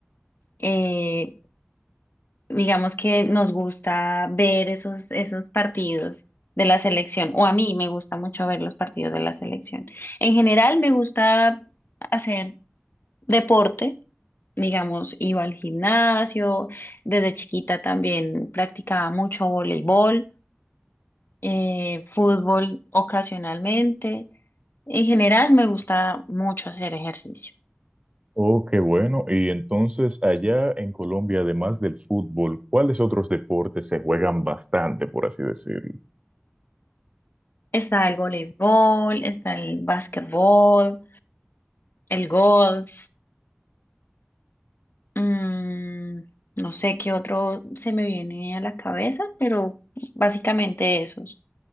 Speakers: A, on the left; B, on the right.
A: Eh, digamos que nos gusta ver esos, esos partidos de la selección, o a mí me gusta mucho ver los partidos de la selección. En general me gusta hacer deporte. Digamos, iba al gimnasio, desde chiquita también practicaba mucho voleibol. eh, fútbol ocasionalmente. En general me gusta mucho hacer ejercicio.
B: Oh, qué bueno. Y entonces, allá en Colombia, además del fútbol, ¿cuáles otros deportes se juegan bastante, por así decirlo?
A: Está el voleibol, está el básquetbol, el golf, mm, no sé qué otro se me viene a la cabeza, pero básicamente esos.